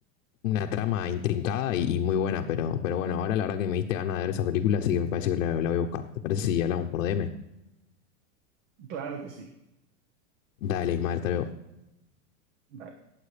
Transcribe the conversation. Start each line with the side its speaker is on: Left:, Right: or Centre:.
Left: una trama intrincada y, y muy buena, pero, pero bueno, ahora la verdad que me diste ganas de ver esa película, así que me parece que la, la voy a buscar. ¿Te parece si hablamos por DM?
Right: Claro que sí.
Left: Dale, Ismael, hasta luego.
Right: Vale.